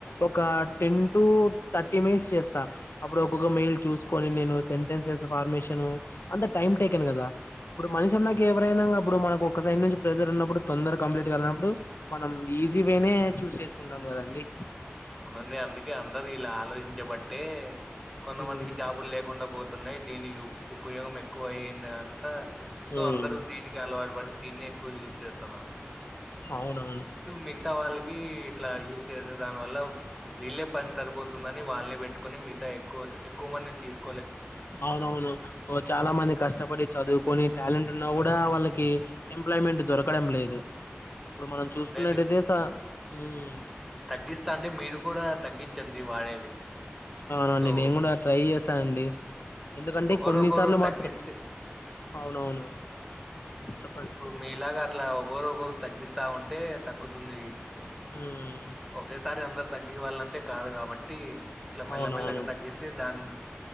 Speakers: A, on the left (about 60°); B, in the centre.
A: ఒక టెన్ టు థర్టీ మినిట్స్ చేస్తా స్త అప్పుడు ఒక్కొక్క మెయిల్ చూసుకొని నేను సెంటెన్స్సెస్ ఫార్మేషను అంత టైం టేకన్ కదా ఇప్పుడు మనిషి అన్నాకి ఎవరైనా అప్పుడు మనకు ఒక సైడ్ నుంచి ప్రెజర్ ఉన్నప్పుడు తొందర కంప్లీగానపుడు మనం ఈజీ వేనే చూస్ చేసుకుంటాం కదండి
B: అ వునండి అందుకే అందరూ ఇలా ఆలోచించబట్టే కొంతమందికి
A: ఉమ్
B: జాబులు లేకుండా పోతె తున్నయ్ దేనియు ఉపయోగం ఎక్కువ అయింది అల సో
A: ఉమ్
B: అందరూ దీనికే అలవాటు పడి దీన్నే క్కువ యూస్ చేస్తన్నారు
A: అవునవును
B: మిగతా వాళ్ళకి ఇట్లా యూస్ చేేసే దాని వల్ల వీళ్ళే పని సరిపోతుందని వాళ్ళనే పెట్టుకొని మిగతా ఎక్కువ ఎక్కువ మంది తీసుకు
A: అవునవును ఓ చాలా మంది కష్టపడి చదువుకొని టాలెంట్ ఉన్నా కూడా వాళ్ళకి ఎంప్లాయ్మెంట్ దొరకడం లేదు ఇప్పుడు మనం చూసుకున్నటు
B: అంతే
A: అయితే స ఉమ్
B: తగ్గిస్టెంతే మీరు కూడా తగ్గించండి వాడేది
A: ఆ అవునండి
B: సో
A: నేను కూడా ట్రై చేస్తా అండీ ఎందుకంటే
B: ఒకరొకరు
A: కొన్నిసార్లు
B: తగ్గిస్తే
A: మాత్రం అవునవును చె
B: ఇప్పుడు మీలాగా అట్లా ఒకరు ఒకరు తగ్గిస్త ఉంటే తగ్గుతుంది
A: ఉమ్
B: ఒకేసారి అందరు తగ్గ వాళ్ళంటే కాదు కాబట్టి ఇట్ల మెల్లమెల్లగా
A: అవునవును
B: తగ్గిస్త సే దన్